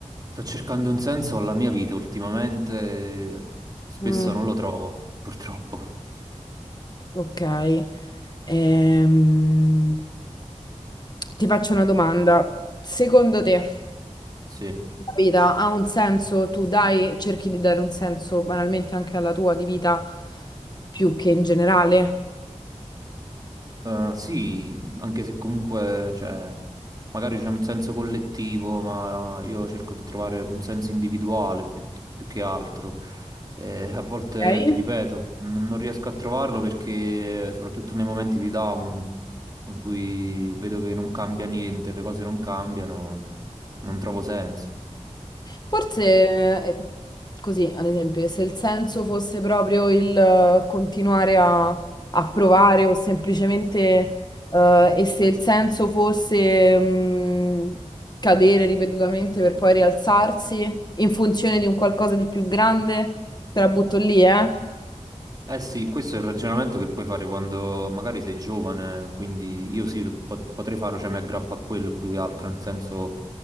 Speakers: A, on the right; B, on the left.
A: Sto cercando un senso alla mia vita ultimamente, eh, spesso
B: Mm,
A: non lo trovo, purtroppo.
B: ok, Ehm, ti faccio una domanda. Secondo te
A: Sì,
B: la vita ha un senso? Tu dai, cerchi di dare un senso banalmente anche alla tua di vita più che in generale?
A: Eh, sì, anche se comunque, cioè, magari c'è un senso collettivo, ma io cerco di trovare un senso individuale più, più che altro. E a volte,
B: Ok?
A: ti ripeto, non, non riesco a trovarlo perché, soprattutto nei momenti di down, in cui vedo che non cambia niente, le cose non cambiano, non trovo senso.
B: Forse eh, così, ad esempio, se il senso fosse proprio il eh, continuare a, a provare o semplicemente, eh, e se il senso fosse mm, cadere ripetutamente per poi rialzarsi in funzione di un qualcosa di più grande, te la butto lì, eh?
A: Eh sì, questo è il ragionamento che puoi fare quando magari sei giovane, quindi io sì, po- potrei farlo, cioè mi aggrappo a quello più che altro, nel senso